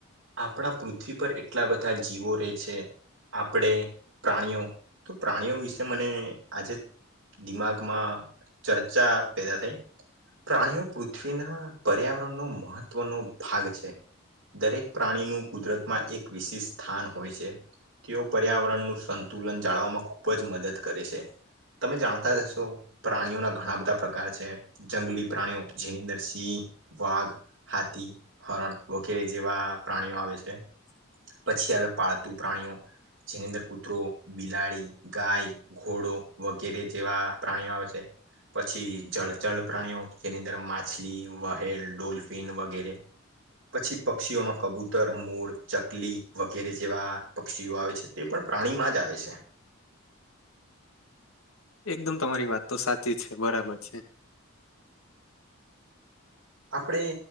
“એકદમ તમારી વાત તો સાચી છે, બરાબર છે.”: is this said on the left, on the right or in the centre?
Left